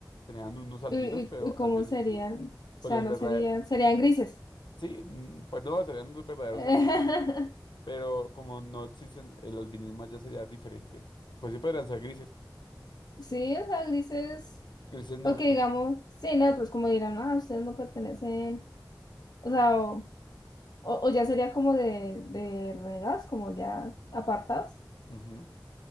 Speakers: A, on the left; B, on the left.
A: Serían unos albinos,
B: ¿y, y-
A: pero
B: y cómo
A: albinos
B: serían?
A: albinos. Pues
B: O sea,
A: los
B: no
A: verdaderos,
B: serían, serían grises.
A: sí, mm, pues no, serían unos verdaderos
B: <laughs>
A: albinos. Pero como no existen, el albinismo ya sería diferente. Pues sí podrían ser grises,
B: Sí, o sea, grises.
A: grises neutros.
B: Porque digamos, sí, no, pues como dirán, ah, ustedes no pertenecen, o sea, o, o- o ya sería como de, de renegados, como ya apartados,
A: Ujú,